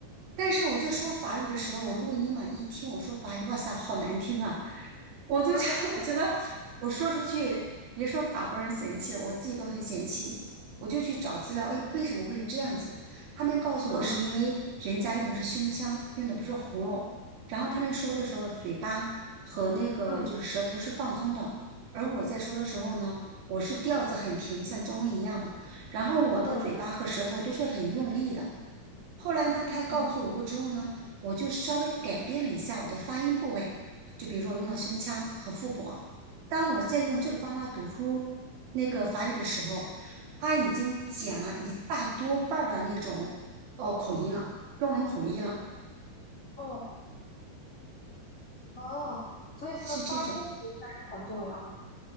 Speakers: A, on the right (about 70°); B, on the left (about 25°).
A: 但是我在说法语的时候，我录音嘛，一听我说法语，哇塞，好难听啊！我就觉得
B: <laughs>
A: <laughs> 我觉得我说出去，别说法国人嫌弃了，我自己都很嫌弃。我就去找资料，哎，为什么会是这样子？他们告诉我是因为人家用的是胸腔，
B: 嗯
A: 用的不是喉咙。然后他们说的时候，嘴巴和那个就是舌头是放松的，
B: 嗯
A: 而我在说的时候呢，我是调子很平，像中文一样嘛。然后我的嘴巴和舌头都是很用力的，
B: 嗯
A: 后来呢，
B: 嗯
A: 他告诉我过之后呢，我就稍微改变了一下我的发音部位，就比如说我用了胸腔和腹部。当我在用这个方法读出那个法语的时候，他已经减了一大多半儿的那种哦口音了，中文口音了，
B: 哦哦，所以这个发音其实很重要。
A: 是这种。